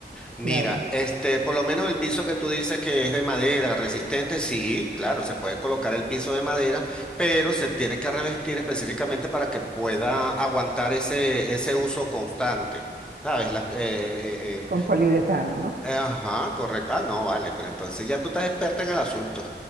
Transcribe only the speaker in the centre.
Mira,
este, por lo menos el piso que tú dices que es de madera resistente, sí, claro, se puede colocar el piso de madera, pero se tiene que revestir específicamente para que pueda aguantar ese, ese uso constante. ¿Sabes? Las- eh, eh, eh,
el- ajá, correcto. Ah, no, vale, pero entonces ya tú estás experta en el asunto.